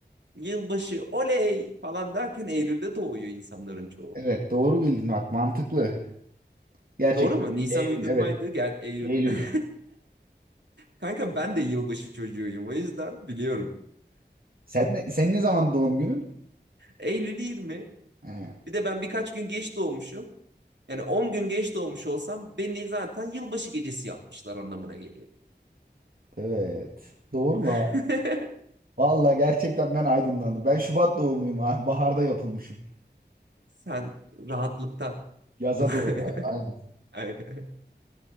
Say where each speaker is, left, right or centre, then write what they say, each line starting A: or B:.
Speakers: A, on the right; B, on the right.
A: Yılbaşı oley falan derken Eylül'de doğuyor insanların çoğu.
B: Evet doğru bildin bak mantıklı. Gerçekten
A: Doğru mu? Nisan
B: Eylül
A: uydurmaydı.
B: evet
A: Gel Eylül.
B: Eylül.
A: <laughs> Kanka ben de yılbaşı çocuğuyum o yüzden biliyorum.
B: Sen ne, senin ne zaman doğum günün?
A: Eylül 20.
B: He,
A: Bir de ben birkaç gün geç doğmuşum. Yani 10 gün geç doğmuş olsam beni zaten yılbaşı gecesi yapmışlar anlamına geliyor.
B: evet. Doğru
A: <laughs>
B: la. Valla gerçekten ben aydınlandım. Ben Şubat doğumluyum abi. Baharda yapılmışım.
A: Sen rahatlıktan.
B: Yaza
A: <laughs>
B: doğru. Aynen.
A: Aynen.